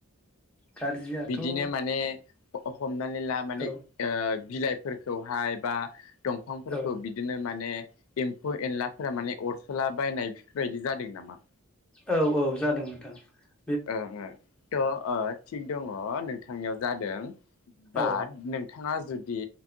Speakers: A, in the centre; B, on the left (about 75°).
A: गाज्रियाथ'
B: बिदिनो माने हमनानै ला माने
A: औ
B: ओ बिलाइ फोरखौहाय बा दंफांफोरखौ
A: औ
B: बिदिनो माने एम्फौ एनलाफोरा माने अर ला बायनाय बेफोरबायदि जादों नामा?
A: औ औ जादों नोंथां ।
B: ओं ओं थ' ओ थिग दङ। नोंथांनियाव जादों । बाट
A: औ
B: नोंथाङा जुदि